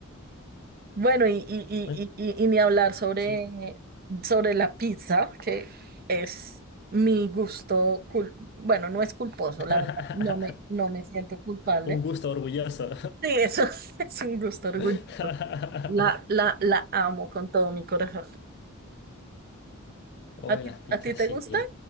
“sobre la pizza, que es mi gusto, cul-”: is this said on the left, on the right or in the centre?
Right